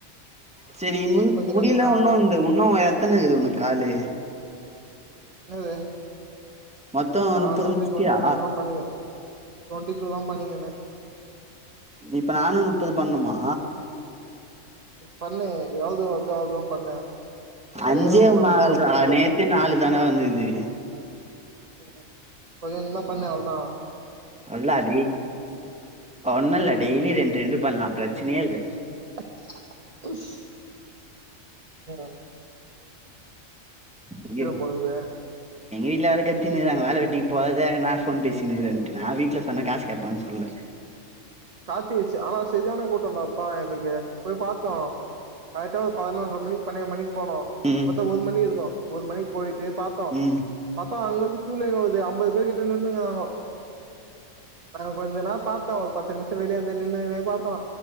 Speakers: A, in the centre; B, on the right (about 35°).
A: சேரி முன் முடில
B: கத்துக்குனா
A: உன்னு
B: கட்டு
A: இந்த உன்னு எத்தன இக்குது உன்க்கு காலு
B: <inaudible>
A: மொத்தோ
B: நான்
A: நுப்பது
B: வந்து
A: முட்ச்சிட்டியா
B: டொண்டி டூ தா பண்ணிகே டொண்டி டூ தா பண்ணிக்கர்னே
A: இப்ப நானு நுப்பது பண்ணுமா
B: பண்ணு எவள் தூ வத்தோ அவ்ளோ தூவ பண்ணு அதே
A: அஞ்சேவ்
B: நா
A: நாள்ரா
B: உனக்கு கம்பெனி கூட
A: நேத்தே நாலு தா‌ன்டா வந்துகுது
B: ம் கொஞ்சோஞ்சமா பண்ணு அவுள்தா
A: அல்லா டெய் ஒன்னுல்ல டெய்லி ரெண்ரெண்டு பண்லா ப்ரச்சினே இல்ல
B: <inaudible> உம்
A: இங்கே
B: போலக்குது
A: எங் வீட்ல வேற கத்தினுருகுகாங்க வேல வெட்டிவ் போவ்தே என்னா ஃபோன் பேசினுக்றனு நா வீட்ல சொன்னா காசு கேப்பாங்கன் சொல்ல
B: காத்தேஷு ஆனா செரியான கூட்டன்டா பா இன்னிக்கு போய் பாத்தோ அய்ட்டோ ஒர் பத்னொன்ற மணிக் பன்னெய் மணி போனோ
A: ம்
B: பாத்தா ஒரு மணி இருக்கு ஒரு மணிக்கு போயிட்டு பாத்தோ
A: ம்
B: பாத் அப்ப அங்கந்து கீயூ லைன் வகுது ஐம்பது பேர் கிட்ட நின்னுகுறாங்கோ நா கொஞ்ச நா பாத்தோ பத்து நிமிஷ வெளிய வந்து நின்னுகுனே பாத்தோ